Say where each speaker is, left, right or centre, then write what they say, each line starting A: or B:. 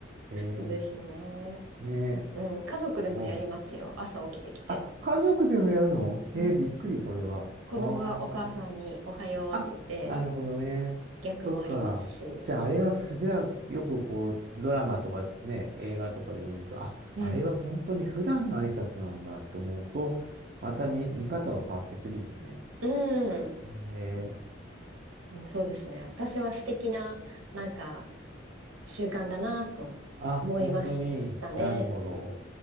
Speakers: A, on the right; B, on the right.
A: う。え
B: ですね。
A: ー、ね
B: うん。家族でもやりますよ。
A: すう
B: 朝起きてきて。
A: あ、家族でもやるのえー、
B: うん。
A: びっくり、それは。
B: 子供がお母さんにおはようって言って、
A: ああ。あ、なるほどね。
B: 逆もありますし。
A: そっか。じゃあ、あれは普段、よくこう、ドラマとかね、映画とかで見ると、あ、
B: うん。
A: あれは本当に普段の挨拶なんだと思うと、また見、見方が変わってくるよね。
B: うん。
A: えー、
B: うんそうですね。私は素敵な、なんか、習慣だなと思いましたね。
A: あ、本当になるほど。